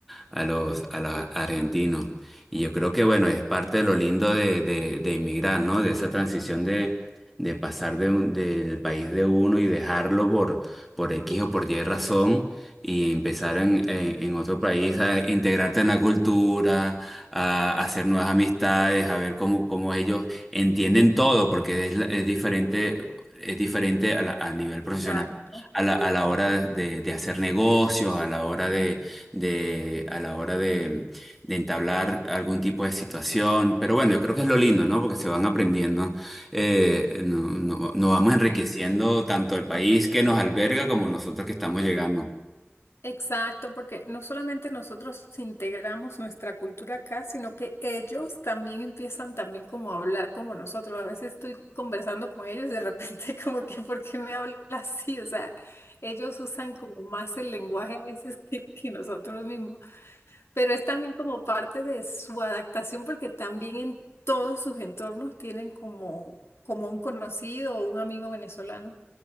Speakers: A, in the centre; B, on the left (about 70°).
A: a los, a los argentinos. Y yo creo que, bueno, es parte de lo lindo de, de, de inmigrar, ¿no? De esa transición de, de pasar de un- del país de uno y dejarlo por, por X o por Y razón y empezar en, en- en otro país a integrarte en la cultura, a, hacer nuevas amistades, a ver cómo, cómo ellos entienden todo, porque es, la- es diferente, es diferente a, la- a nivel profesional
B: Exacto.
A: a la, a la hora de, de hacer negocios, a la hora de de, a la hora de, de entablar algún tipo de situación. Pero bueno, yo creo que es lo lindo, ¿no? Porque se van aprendiendo, eh, no, no- nos vamos enriqueciendo
B: Sí.
A: tanto el país que nos alberga como nosotros que estamos llegando.
B: Exacto, porque no solamente nosotros integramos nuestra cultura acá, sino que ellos también empiezan también como a hablar como nosotros. A veces estoy conversando con ellos y de repente <laughs> como que, ¿por qué me hablas así? O sea, ellos usan como más el lenguaje a veces que, que nosotros mismos. Pero es también como parte de su adaptación porque también en todos sus entornos tienen como, como un conocido o un amigo venezolano.